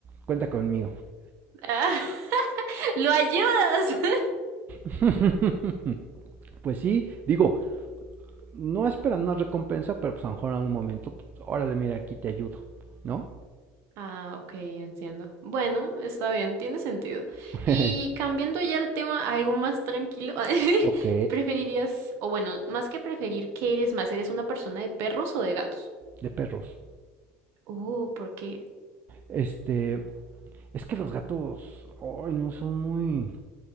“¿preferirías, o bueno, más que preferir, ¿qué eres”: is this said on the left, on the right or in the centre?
Right